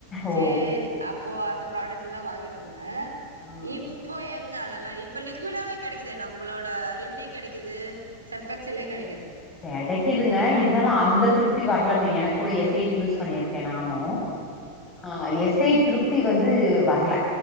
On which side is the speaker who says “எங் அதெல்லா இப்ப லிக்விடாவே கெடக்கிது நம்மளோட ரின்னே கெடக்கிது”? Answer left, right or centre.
Right